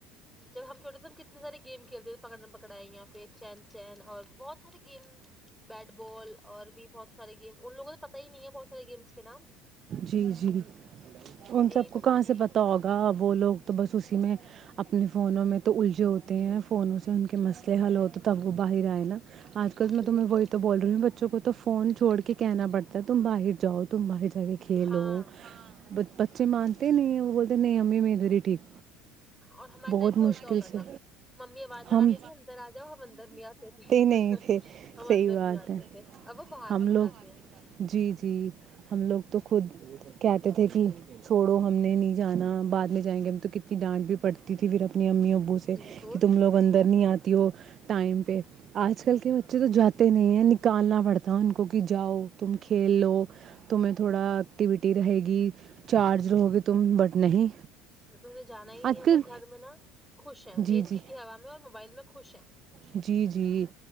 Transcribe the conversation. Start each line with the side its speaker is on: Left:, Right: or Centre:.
Centre: جب ہم چھوٹے تھے ہم کتنے سارے گیم کھیلتے تھے پکڑنے پکڑ یااں پہ چین چین اور بہت سارے گیم بیٹ بال اور بھی بہت سارے گیم ان لوگوں تو پت ہی نہیں ہے بہت سارے گیمس نام
Right: جی جی ان
Centre: یہی
Right: سب کو
Centre: تو
Right: کہاں
Centre: بات ہے
Right: سے پتا
Centre: نا
Right: ہوگا وہ لوگ تو بس اسی کہ میںیں <unintelligible> اپنے فونوں میں تو الٹی جو ہوتے ہیں فونوں سے ان کے مسئلے حل ہوتے تب وہ باہر آئے نا آج کل میں
Centre: بالکل
Right: تمہ وہی تو بول رہی ہوں بچوں کو تو فون چھڑ کے کہنا پڑتا ہے تم باہر جاؤ تم باہر جا کے کھیلو
Centre: ہاں
Right: <unintelligible> چ مانتے نہیں وہ بولتے نہیں امی م تری ٹھیک
Centre: اور ہمارے
Right: بہت
Centre: ٹائم پہ
Right: مشکل
Centre: الٹا ہوتا
Right: سے
Centre: تھا ممی آواز لگاتی
Right: ہم
Centre: ت اندر آ جاؤ ہم اندر نہیں آتے تھے
Right: نہیں
Centre: ہم
Right: صحیح
Centre: اندر
Right: بات
Centre: نہیں آتے
Right: ہے
Centre: تھے اب باہر
Right: ہم
Centre: نہیں
Right: لوگ
Centre: جاتے ہیں
Right: جی جی ہم لوگ تو خود کہتے تھے کہ چھوڑو ہم نے نہیں جانا بعد میں جائیں گے ہم تو کتنی ڈانٹ بھی پڑتی تھی پھر اپنی امی ابو سے
Centre: بالکل
Right: کہ تم لوگ اندر نہیں آتی ہو ٹائم پہ آج کل کے بچے تو جاتے تے نہیں نکالنا پڑتا ان کو کہ جاؤ تم کھیل لو تمہیں تھوڑا ایکٹیویٹی رہے گی چارج رہو گے تم بٹ نہیں
Centre: انہیں جانا ہی نہیں
Right: آج
Centre: ہے
Right: کل
Centre: وہ گھر میں نا خوش ہیں
Right: جی
Centre: اے سی
Right: جی
Centre: کی ہوا میں اور موبائل میں خوش ہیں
Right: جی جی